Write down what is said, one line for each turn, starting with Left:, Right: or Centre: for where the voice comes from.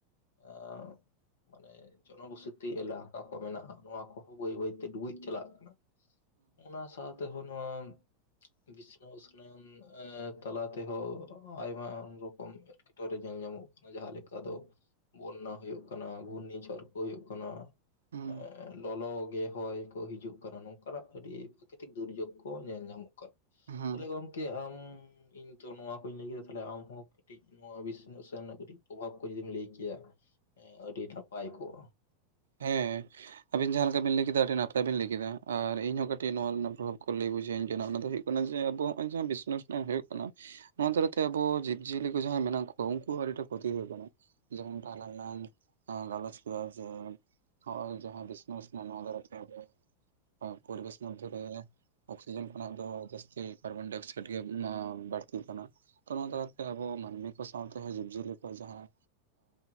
Left: ᱮᱸᱻ ᱢᱟᱱᱮ ᱡᱚᱱᱚ ᱵᱚᱥᱚᱛᱤ ᱮᱞᱟᱠᱟ ᱠᱚ ᱢᱮᱱᱟᱜᱼᱟ ᱱᱚᱣᱟ ᱠᱚᱦᱚᱸ ᱵᱟᱹᱭ ᱵᱟᱹᱭ ᱛᱮ ᱰᱩᱵᱩᱡ ᱪᱟᱞᱟᱜ ᱠᱟᱱᱟ ᱾ ᱚᱱᱟ ᱥᱟᱶ ᱛᱮᱦᱚᱸ ᱱᱚᱣᱟ ᱵᱤᱥᱱᱚ ᱩᱥᱱᱟᱚᱱ ᱛᱟᱞᱟ ᱛᱮᱦᱚᱸ ᱟᱭᱢᱟ ᱨᱚᱠᱚᱢ ᱮᱴᱠᱮᱴᱚᱬᱮ ᱧᱮᱞ ᱧᱟᱢᱚᱜ ᱠᱟᱱᱟ ᱡᱟᱦᱟᱸ ᱞᱮᱠᱟ ᱫᱚ ᱵᱚᱱᱱᱟ ᱦᱩᱭᱩᱜ ᱠᱟᱱᱟ, ᱜᱷᱩᱨᱱᱤ ᱡᱷᱚᱨ ᱠᱚ ᱦᱩᱭᱩᱜ ᱠᱟᱱᱟ
Right: ᱦᱮᱸ
Left: ᱾ ᱞᱚᱞᱚ ᱜᱮ ᱦᱚᱭ ᱠᱚ ᱦᱤᱡᱩᱜ ᱠᱟᱱᱟ ᱱᱚᱝᱠᱟᱱᱟᱜ ᱟᱹᱰᱤ ᱯᱨᱟᱠᱨᱤᱛᱤᱠ ᱫᱩᱨᱡᱳᱜᱽᱜᱳ ᱠᱚ ᱧᱮᱞ ᱧᱟᱢᱚᱜ ᱠᱟᱱᱟ,
Right: ᱦᱮᱸ
Left: ᱛᱟᱦᱚᱞᱮ ᱜᱚᱝ ᱜᱚᱝᱠᱮ ᱟᱢ ᱤᱧ ᱛᱚ ᱱᱚᱣᱟ ᱠᱚᱧ ᱞᱟᱹᱭ ᱠᱮᱫᱟ ᱛᱟᱦᱚᱞᱮ ᱟᱢᱦᱚᱸ ᱠᱟᱹᱴᱤᱡ ᱱᱚᱣᱟ ᱵᱤᱥ ᱛᱱᱟᱹᱜ ᱥᱮ ᱨᱮᱱᱟᱜ ᱠᱟᱹᱴᱤᱡ ᱯᱨᱚᱵᱷᱟᱵ ᱠᱚ ᱡᱩᱫᱤᱢ ᱞᱟᱹᱭ ᱠᱮᱭᱟ ᱟᱹᱰᱤ ᱱᱟᱯᱟᱭ ᱠᱚᱜᱼᱟ ᱾
Right: ᱦᱮᱸ ᱾ ᱟᱵᱤᱱ ᱡᱟᱦᱟᱸ ᱞᱮᱠᱟ ᱵᱤᱱ ᱞᱟᱹᱭ ᱠᱮᱫᱟ ᱟᱹᱰᱤ ᱱᱟᱯᱟᱭ ᱵᱤᱱ ᱞᱟᱹᱭ ᱠᱮᱫᱟ, ᱟᱨ ᱤᱧ ᱦᱚᱸ ᱠᱟᱹᱴᱤᱡ ᱱᱚᱣᱟ ᱨᱮᱱᱟᱜ ᱯᱨᱚᱵᱷᱟᱵᱽ ᱠᱚ ᱞᱟᱹᱭ ᱵᱩᱡᱷᱟᱹᱣ ᱤᱧ ᱠᱟᱱᱟ ᱚᱱᱟ ᱫᱚ ᱦᱩᱭᱩᱜ ᱠᱟᱱᱟ ᱡᱮ ᱟᱵᱚ ᱱᱚᱜ-ᱚᱭ ᱡᱟᱦᱟᱸ ᱵᱤᱥᱥᱚ ᱩᱥᱱᱚᱣᱚᱱ ᱦᱩᱭᱩᱜ ᱠᱟᱱᱟ ᱱᱚᱣᱟ ᱫᱟᱨᱟᱭ ᱛᱮ ᱟᱵᱚ ᱡᱤᱵᱽ ᱡᱤᱭᱟᱹᱞᱤ ᱠᱚ ᱡᱟᱦᱟᱸᱭ ᱢᱮᱱᱟᱜ ᱠᱚᱣᱟ ᱩᱱᱠᱩ ᱦᱚᱸ ᱟᱹᱰᱤ ᱴᱟᱜ ᱠᱷᱚᱛᱤ ᱦᱳᱭᱳᱜ ᱠᱟᱱᱟ ᱾ ᱡᱮᱢᱚᱱ ᱟᱞᱟᱝ ᱞᱟᱝ ᱜᱟᱞᱚᱪ ᱠᱮᱫᱟ ᱡᱮ ᱦᱚᱜ-ᱚᱭ ᱡᱟᱦᱟᱸ ᱵᱤᱥᱥᱚ ᱩᱥᱱᱚᱭᱚᱱ ᱱᱚᱣᱟ ᱫᱟᱨᱟᱭ ᱛᱮᱜᱮ ᱯᱚᱨᱤᱵᱮᱥ ᱢᱚᱫᱽᱫᱷᱮ ᱨᱮ ᱚᱠᱥᱤᱡᱮᱱ ᱠᱷᱚᱱᱟᱜ ᱫᱚ ᱡᱟᱹᱥᱛᱤ ᱠᱟᱨᱵᱚᱱᱰᱟᱭ ᱚᱠᱥᱟᱭᱤᱰ ᱜᱮ ᱮᱸ ᱵᱟᱹᱲᱛᱤᱜ ᱠᱟᱱᱟ ᱾ ᱛᱚ ᱚᱱᱟ ᱛᱟᱞᱟ ᱛᱮ ᱟᱵᱚ ᱢᱟᱹᱱᱢᱤ ᱠᱚ ᱥᱟᱶᱛᱮ ᱦᱚᱸ ᱡᱤᱵᱽ ᱡᱤᱭᱟᱹᱞᱤ ᱠᱚᱣᱟᱜ ᱡᱟᱦᱟᱸ